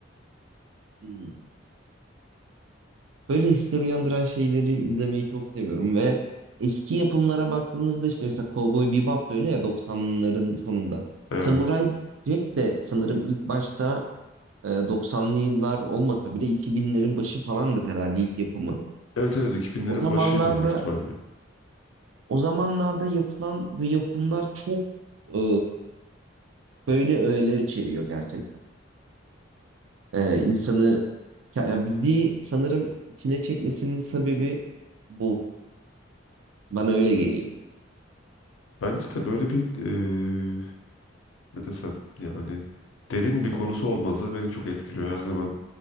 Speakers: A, on the right; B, on the left.
A: Hı. Böyle hisler uyandıran şeyleri izlemeyi çok seviyorum ve eski yapımlara baktığımızda işte mesela Cowboy Bebop da öyle ya 90'ların sonunda.
B: Evet.
A: Samurai Jack de sanırım ilk başta e, 90'lı yıllar olmasa bile 2000'lerin başı falandır herhalde ilk yapımı.
B: Evet evet 2000'lerin
A: O zamanlarda
B: başıydı büyük ihtimalle.
A: o zamanlarda yapılan bu yapımlar çok e, böyle öğeler içeriyor gerçekten. E, insanı yani bizi sanırım içine çekmesinin sebebi bu. Bana öyle geliyor.
B: Bence de böyle bir e, ne desem yani derin bir konusu olması beni çok etkiliyor. Her zaman